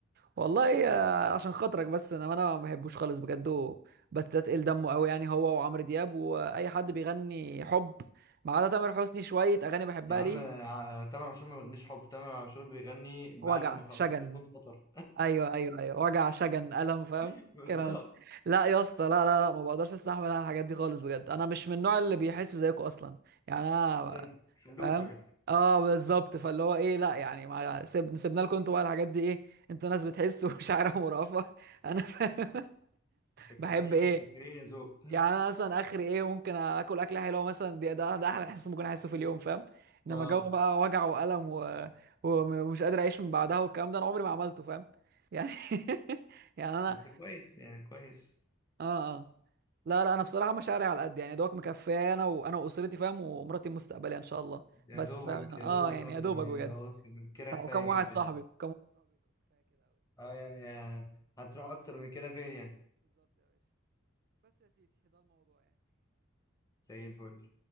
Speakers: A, on the right; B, on the left.
A: والله آه، عشان خاطرك بس انا انا ما بحبوش خالص بجد و- بستثقل دمه قوي يعني هو وعمرو دياب واي حد بيغني حب ما عدا تامر حسني شويه اغاني بحبها
B: يا عم
A: ليه
B: آه، تامر عاشور ما بيغنيش حب تامر عاشور بيغني
A: وجع
B: بعد ما خلاص
A: شجن
B: قلبه انفطر
A: ايوه ايوه ايوه وجع شجن الم فاهم
B: <laughs> بالظبط
A: كلام لا يا اسطى لا لا لا ما بقدرش استحمل انا الحاجات دي خالص بجد انا مش من النوع اللي بيحس زيكم اصلا يعني انا
B: انت خلوه
A: فاهم
B: في عينك
A: اه بالظبط فاللي هو ايه لا يعني ما سيب... سيبنا لكم انتوا بقى الحاجات دي ايه انتوا ناس بتحس ومشاعرها <laughs> مرهفه انا فاهم
B: متشكرين
A: <laughs> بحب ايه
B: متشكرين يا ذوق
A: يعني انا مثلا اخري ايه ممكن اكل اكله حلوه مثلا دي ده ده احلى احساس ممكن احسه في اليوم فاهم انما
B: <laughs> اه
A: جو بقى وجع والم و... ومش قادر اعيش من بعدها والكلام ده انا عمري ما عملته فاهم يعني <laughs> يعني انا
B: بس كويس يعني كويس
A: اه اه لا لا انا بصراحه مشاعري على قد يعني يا دوبك مكفيه انا وانا واسرتي فاهم ومراتي المستقبليه ان شاء الله
B: يا
A: بس
B: دوبك
A: فاهم اه
B: يا دوبك
A: يعني
B: اصلا
A: يا دوبك
B: يعني
A: بجد
B: هو اصلا كده كفايه
A: آه، وكم
B: جدا يعني اه يعني هتروح اكتر من كده فين يعني زي الفل